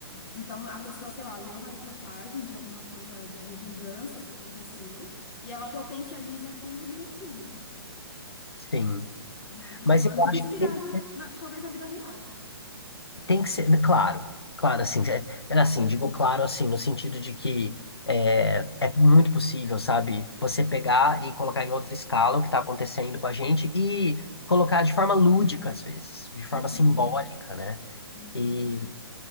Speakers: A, on the left (about 40°); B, on the left (about 70°).
A: então, a pessoa, sei lá, lê uma reportagem de alguma coisa de vingança que aconteceu e ela potencializa aquilo e vira um filme,
B: Sim.
A: né?
B: Mas
A: Então,
B: eu
A: é muito
B: acho
A: inspirado,
B: que tem
A: na, talvez, na vida real.
B: Tem que ser, claro, claro, assim, é- é assim, digo claro, assim, no sentido de que é, é muito possível, sabe, você pegar e colocar em outra escala o que está acontecendo com a gente e colocar de forma lúdica, às vezes, de forma
A: Uhum,
B: simbólica, né?
A: uhum.
B: E